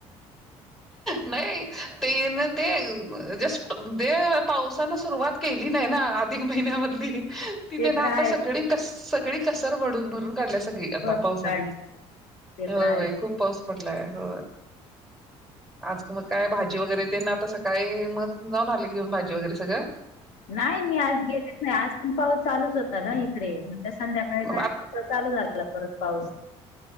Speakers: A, in the centre; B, on the left (about 75°).
A: नाही. तेन ते जस्ट ते पावसान सुरवात केली नाही ना अधिक महिना तिथेन
B: ते तर
A: आता
B: आहे
A: सगळी, सगळी कसर भरून, भरून काढल्या सगळी आता
B: भरपूर
A: पावसान
B: काढले ते
A: होय
B: तर
A: होय खूप पाऊस पड
B: आहेच
A: हो आज मग काय भाजी वगैरे ते ना आता सकाळी मग जाऊन आले घेऊन भाजी वगैरे सगळ.
B: नाही मी आज गेलेच नाही आज पण पाऊस चालूच होता ना इकडे. संध्याकाळी जायच
A: आ
B: त चालू झालेला परत पाऊस.